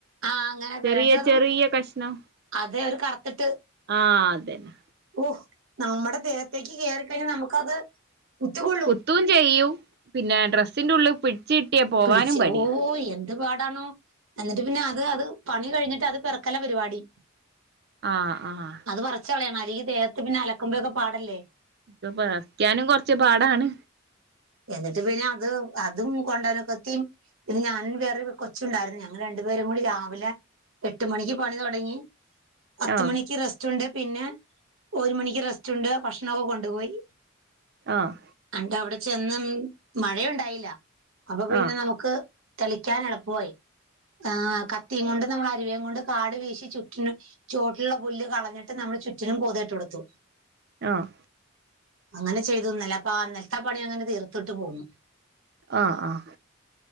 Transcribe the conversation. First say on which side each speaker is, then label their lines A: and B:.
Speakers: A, on the right; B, on the right.
A: ആഹ് അങ്ങനെ
B: ചെറിയ
A: വരാണ്ട് അത്
B: ചെറിയ കഷ്ണം
A: അതെ ഒരു കറുത്തിട്ട്
B: ആഹ് അതന്നെ
A: ഓഹ് നമ്മുടെ ദേഹത്തേക്ക് കയറിക്കഴിഞ്ഞാൽ നമുക്കത് കുത്തിി കൊള്ളും
B: ത്തയും ചെയ്യും പിന്നെ ഡ്രസ്സിന്റെ ഉള്ളിൽ പിടിച്ച് പോവാനും
A: പിടിച്ച്
B: പണിയാ
A: ഓ എ പാടാണോ എന്നിട്ട് പിന്നെ അത് അത് പണി കഴിഞ്ഞിട്ട് അത് പെറ ക്കല പരിപാടി
B: ആഹ് ആഹ്
A: അത് പറിച്ച് കളയണം അല്ലെങ്കിൽ ദേഹത്ത് പിന്നെ അലക്കുമ്പൊക്കെ പാടല്ലേ
B: ഇത് പറിക്കാനും കുറച്ച് പാടാണ്
A: എന്നിട്ട് പിന്നെ അത് അതും കൊണ്ടോന കത്തിയും പിന്നെ ഞാൻ വേറെൊരു കൊച്ചുണ്ടായിരുന്നു ഞങ്ങൾ രണ്ടുപേരും കൂടി രാവിലെ എട്ട് മണിക്ക് പണി തുടങ്ങി പത്ത്
B: ആഹ്
A: മണിക്ക് റെസ്‌റ്റ് ഉണ്ട് പിന്നെ ഒരു മണിക്ക് റെസ്റ്റ് ഉണ്ട് ഭക്ഷണ ഒക്കെ കൊണ്ടുപോയി
B: ആഹ്
A: അണ്ട് അവിടെ ചെന്ന് മഴയുണ്ടായില്ല അപ്പൊ പിന്നെ
B: ആഹ്
A: നമുക്ക് തെളിക്കാൻ എളുപ്പമായി ആഹ് കത്തിയും കൊണ്ട് നമ്മൾ അരുവേയും കൊണ്ട് കാട് വീശി ചുറ്റ ചൊട്ടിലുള്ള പുല്ല് കളഞ്ഞിട്ട് നമ്മള് ചുറ്റിനും പൊതട്ട്ടുത്തു.
B: ആഹ്
A: അങ്ങനെ ചെയ്തുന്നലേ അപ്പാ ആ ഇന്നൽത്തെ ആ പണി അങ്ങനെ തീർത്തിട്ട് പോന്നു.
B: ആഹ് ആഹ്